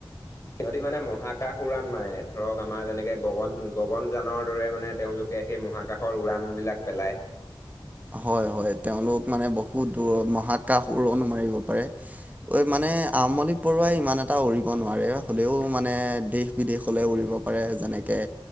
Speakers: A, on the left (about 35°); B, on the right (about 20°).
A: সিহঁতি মানে মহাকাশ শুৰাণ মাৰে ধৰক আমাৰ যেনেকে গগন গগন যানৰ দৰে মানে তেওঁলোক। একে সেই মহাকাশৰ উৰাণ বিলাক পেলাই
B: হয় হয় তেওঁলোক মানে বহুত দূৰ মহাকাশ উৰণ মাৰিব পাৰে ঐ মানে আমলি বৰুৱাই ইমান এটা উৰিব নোৱাৰে, হলেও মানে দেশ বিদেশলে উৰিব- কৰে যেনেকে,